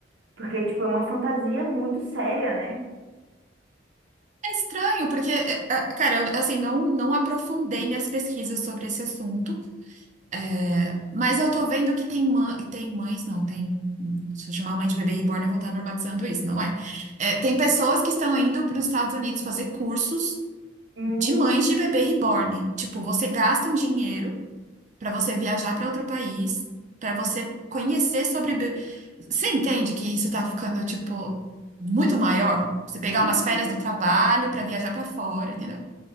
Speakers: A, on the right (about 85°); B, on the right (about 40°).
A: porque tipo é uma fantasia muito séria, né?
B: É estranho, porque, é, é, cara, eu, assim, não, não aprofundei minhas pesquisas sobre esse assunto, é, mas eu tô vendo que tem, mã- tem mães, não, tem. Se eu chamar mãe de bebê reborn, eu vou estar normalizando isso, não é? É, tem pessoas que estão indo para os Estados Unidos fazer cursos
A: Hum,
B: de mães de bebê reborn. Tipo, você gasta um dinheiro pra você viajar pra outro país, pra você conhecer sobre. be- Você entende que isso tá ficando, tipo, muito maior? Você pegar
A: E
B: umas
A: tipo
B: férias
A: assim,
B: do trabalho pra viajar pra fora, entendeu?